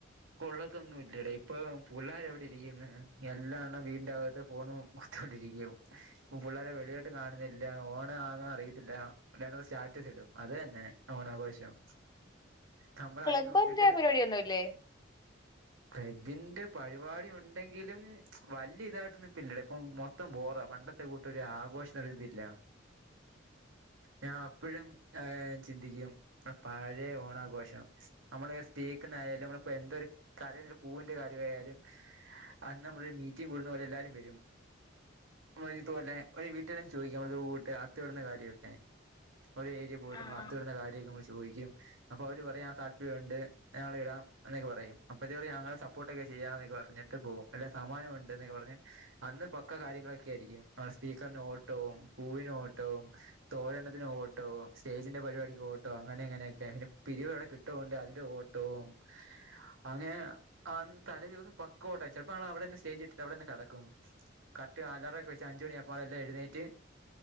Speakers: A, on the right; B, on the left.
A: കൊള്ളത്തൊന്നുമില്ലടെ ഇപ്പോ പുള്ളാര് എവിടെ ഇരിക്കുന്നു എല്ലാം എണ്ണം വീണ്ടകത്ത് ഫോണ് കുത്തോണ്ടിരിക്കും- ഇപ്പ പുള്ളരെ വെളിയോട്ട് കാണുന്നില്ല ഓ ണം ആണ് അറിയത്തില്ല സ്റ്റാറ്റസ് ഇടും അത് തന്നെ ഓണാഘോഷം നമ്മള്
B: ക്ലബ്ബിന്റെ
A: അതി നോക്കിട്ട്
B: പരിപാടിയൊന്നുല്ലേ
A: ക്ലബിന്റെ പരിപാടി ഉണ്ടെങ്കിലും വല്ല്യ ഇതായിട്ടൊന്നു ഒന്നുംഇല്ലടെ ഇപ്പൊ മൊത്തം ബോറ പണ്ടത്തെ കൂട്ട് ഒരു ആഘോഷം ഇത് ഇല്ല ഞാൻ അപ്പോഴും ആ ചിന്തിക്കും പഴയ ഓണ ഘോഷം നമ്മള് <unintelligible> നമ്മ എന്തൊരു കരയിൽ പൂവിന്റെ കാര്യമായാലും അന്ന് നമ്മള് മീറ്റിംങ് കൂടുന്ന പോലെ എല്ലാവാരും വരും നമ്മ ഇതുപോലെ ഒരു വീട്ടെല്ലാം ചോദിക്കും നമ്മൂട്ട് അത്ത ഇടുന്ന കാര്യമൊക്കെ ഒരു ഏരിയ പോയിട്ട്
B: ആഹ്
A: നമ്മള് അത്തമിടുന്ന കാര്യങ്ങളൊക്കെ ചോദി ചോദിക്കും അപ്പൊ അവര് പറയും ആഹ് താല്പര്യം ഉണ്ട് ഞങ്ങൾ ഇടാം എന്നൊക്കെ പറയും അപ്പോ പറയും ഞങ്ങളെ സപ്പോർട്ടൊക്കെ ചെയ്യാം എന്നൊക്കെ പറഞ്ഞിട്ട് പോകും പിന്നെ സമ്മാനം ഉണ്ട് എന്നൊക്കെ പറഞ്ഞ് അന്ന് പക്കാ കാര്യങ്ങളൊക്കെ ആയിരിക്കും സ്പീക്കറിന് ഓട്ടോവും പൂവിന് ഓട്ടവും തോരണ ത്തിനു ഓട്ടവും സ്റ്റേജിന്റെ പരിപാടിക്ക്ഓട്ടവും അങ്ങനെ അങ്ങനെയൊക്കെെ പിരിവ് ഒക്കെ കിട്ടുവോണ്ടേ അതിന്റെ ഒ ട്ടവും അങ്ങെനെ ആ തലേ ദിവസം പക്കോട്ടം ചെലപ്പോ ഞങ്ങൾ അവിടെ തന്നെ സ്റ്റേജ്കെട്ടി അവിടെ തന്നെ കിടക്കും കററ്റ് അലറൊക്കെ വെച്ച് അഞ്ച് മണി ആകുമ്പോ എല്ലാം എഴുന്നേറ്റ്